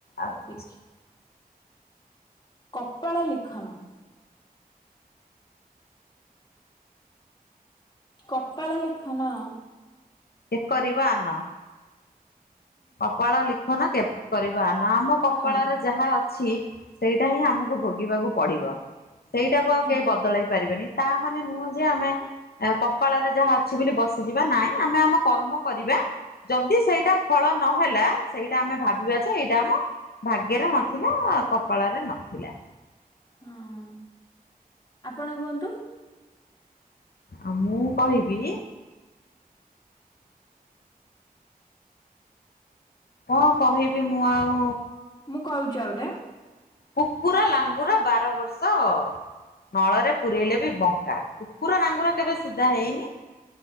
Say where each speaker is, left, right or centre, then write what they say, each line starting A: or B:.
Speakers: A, on the left; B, on the left.
A: ଆଉ
B: ଠିକ୍ କପାଳ ଲିଖନ। କପାଳ ଲିଖନ।
A: କେ କରିବ ଆନ। କପାଳ ଲିଖନ କେ କରିବା ଆନ ଆମ କପାଳରେ
B: ହଁ
A: ଯାହା ଅଛି ସେଇଟା ହିଁ ଆମକୁ ଭୋଗିବାକୁ ପଡ଼ିବ। ସେଇଟାକୁ ଆଉ
B: ହଁ
A: କେହି ବଦଳେଇ ପାରିବେନି ତା ମାନେ ନୁହଁ ଯେ ଆମେ କପାଳରେ ଯାହା ଅଛି ବୋଲି ବସିଯିବା ନାଇଁ ଆମେ ଆମ କର୍ମ କରିବା ଯଦି ସେଇଟା ଫଳ ନ ହେଲା ସେଇଟା ଆମେ ଭାବ ଭାବିବା ଯେ ଏଇଟା ଆମ ଭାଗ୍ୟରେ ନଥିଲା କପାଳରେ ନଥିଲା।
B: ହଁ ଆପଣ କୁହନ୍ତୁ।
A: ଆଉ ମୁଁ କହିବି। କଣ କହିବି ମୁଁ ଆଉ?
B: ମୁଁ କହୁଛି ଆଉ ଗୋଟେ।
A: କୁକୁର ଲାଙ୍ଗୁର ବାର ବର୍ଷ ନଳରେ ପୁରଇଲେ ବି ବଙ୍କା କୁକୁର ନାଙ୍ଗୁର କେବେ ସିଧା ହେଇନି